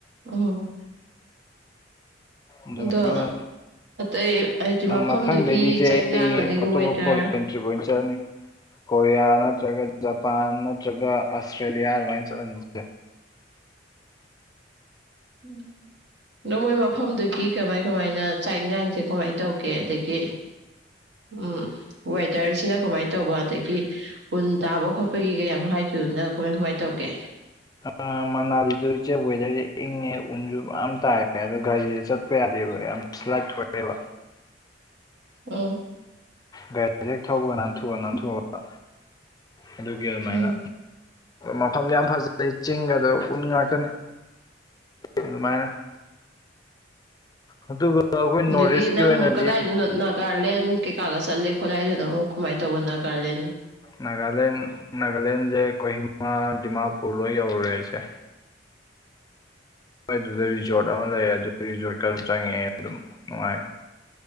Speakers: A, on the right; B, on the left.
A: ꯎꯝ
B: ꯑꯗꯨꯃꯥꯏꯅ
A: ꯑꯗꯣ ꯑꯇꯩ ꯍꯥꯏꯗꯤ ꯃꯐꯝꯗꯨꯒꯤ
B: ꯃꯊꯪꯗꯩꯗꯤ ꯆꯦ
A: ꯆꯥꯛ
B: ꯑꯩ
A: ꯏꯟꯁꯥꯡ ꯑꯗꯒꯤ
B: ꯑꯇꯣꯞꯄ
A: ꯋꯦꯗꯔ
B: ꯐꯣꯔꯦꯟ ꯇ꯭ꯔꯤꯞ ꯑꯣꯏ ꯆꯠꯂꯅꯤ ꯀꯣꯔꯤꯌꯥ ꯅꯠꯇ꯭ꯔꯒ ꯖꯄꯥꯟ ꯅꯠꯇ꯭ꯔꯒ ꯑꯁꯇ꯭ꯔꯦꯂꯤꯌꯥ ꯑꯗꯨꯃꯥꯏꯅ ꯆꯠꯂꯅꯤ ꯏꯆꯦ
A: ꯎꯝ ꯗꯨ ꯃꯣꯏ ꯃꯐꯝꯗꯒꯤ ꯀꯃꯥꯏ ꯀꯃꯥꯏꯅ ꯆꯥꯛ ꯏꯟꯁꯥꯡꯁꯦ ꯀꯃꯥꯏ ꯇꯧꯒꯦ ꯑꯗꯒꯤ ꯎꯝ ꯋꯦꯠ ꯗꯔꯁꯤꯅ ꯀꯃꯥꯏꯅ ꯇꯧꯕ ꯑꯗꯒꯤ ꯀꯨꯟ ꯇꯥꯕ ꯈꯣꯠꯄꯒꯤ ꯀꯩꯌꯥꯝ ꯍꯥꯏꯗꯣꯏꯅ ꯀꯃꯥꯏ ꯀꯃꯥꯏꯅ ꯇꯧꯒꯦ
B: ꯑꯥ ꯃꯅꯥꯂꯤꯖꯨ ꯏꯆꯦ ꯋꯦꯗꯔꯁꯦ ꯏꯪꯉꯦ ꯎꯟꯁꯨ ꯃꯌꯥꯝ ꯇꯥꯏ ꯑꯦ ꯒꯥꯔꯤꯁꯦ ꯆꯠꯄ ꯌꯥꯗꯦꯕ ꯌꯥꯝ ꯁ꯭ꯂꯥꯏꯠ ꯊꯣꯛꯑꯦꯕ
A: ꯎꯝ
B: ꯒꯥꯔꯤꯁꯦ ꯍꯦꯛ ꯊꯧꯕ ꯅꯥꯟꯊꯣꯛꯑ ꯅꯥꯟꯊꯣꯛꯑꯒ ꯑꯗꯨꯒꯤ ꯑꯗꯨꯃꯥꯏꯅ
A: ꯎꯝ
B: ꯃꯐꯝꯗ ꯌꯥꯝ ꯐꯖꯩ ꯆꯤꯡꯒꯗꯣ ꯎꯟ ꯉꯥꯛꯇꯅꯤ ꯑꯗꯨꯃꯥꯏꯅ ꯑꯗꯨꯒ ꯑꯩꯈꯣꯏ ꯅꯣꯔꯠ
A: ꯑꯗꯒꯤ
B: ꯏꯁꯀꯤ
A: ꯅꯪ
B: ꯑꯣꯏꯅꯗꯤ
A: ꯀꯗꯥꯏꯗꯅꯣ ꯅꯥꯛ ꯒꯥꯔꯂꯦꯟ ꯀꯩ ꯀꯥꯒ ꯆꯠꯜꯂꯦ ꯈꯣꯠꯂꯦ ꯍꯥꯏꯗꯨꯅ ꯀꯥꯃꯥꯏ ꯇꯧꯕꯅ ꯒꯥꯔꯂꯦꯟ
B: ꯅꯥꯒꯥꯂꯦꯟ ꯅꯥꯒꯥꯂꯦꯟꯁꯦ ꯀꯣꯍꯤꯃ ꯗꯤꯃꯥꯄꯨꯔ ꯂꯣꯏ ꯌꯧꯔꯨꯔꯦ ꯑꯩꯁꯦ ꯑꯩꯈꯣꯏ ꯑꯗꯨꯗ ꯔꯤꯖꯣꯔꯠ ꯑꯃ ꯂꯩ ꯑꯗꯨ ꯔꯤꯖꯣꯔꯠꯀꯗ ꯆꯪꯉꯛꯑꯦ ꯑꯗꯨꯝ ꯅꯨꯡꯉꯥꯏ